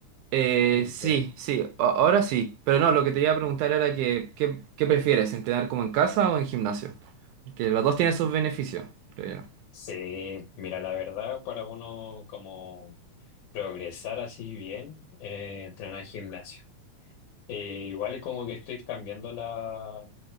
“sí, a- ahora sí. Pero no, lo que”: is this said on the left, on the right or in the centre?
Right